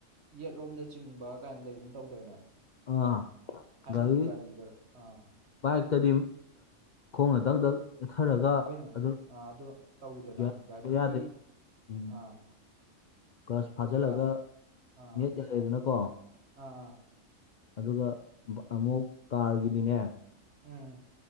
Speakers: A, on the right (about 55°); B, on the left (about 55°).
A: ꯌꯦꯠꯂꯣꯝꯗ ꯆꯤꯡꯕ ꯒꯥꯏꯅ ꯂꯩꯒꯨꯝ ꯇꯧꯗꯥꯏꯅꯦ
B: ꯑꯥ
A: ꯊꯥꯏꯅꯒꯤ
B: ꯒꯥꯔꯤ
A: ꯒꯥꯔꯤꯗ ꯑꯥ
B: ꯕꯥꯏꯛꯇꯗꯤ ꯈꯣꯡꯅ ꯗꯛ ꯗꯛ ꯅꯦꯠꯊꯔꯒ
A: ꯍꯣꯏꯅꯦ
B: ꯑꯗꯨꯝ
A: ꯑꯥ ꯑꯗꯨ ꯇꯧꯋꯤꯗꯅ
B: <unintelligible>
A: ꯒꯥꯔꯤꯒꯤ
B: ꯌꯥꯗꯦ ꯎꯝ
A: ꯑꯥ
B: ꯀ꯭ꯂꯁ
A: ꯑꯗꯨꯒ
B: ꯐꯥꯖꯜꯂꯒ
A: ꯑꯥ
B: ꯅꯦꯠ ꯌꯥꯔꯦꯗꯅꯀꯣ
A: ꯑꯥ
B: ꯑꯗꯨꯒ ꯕ ꯑꯃꯨꯛ ꯀꯥꯔꯒꯤꯗꯤꯅꯦ
A: ꯎꯝ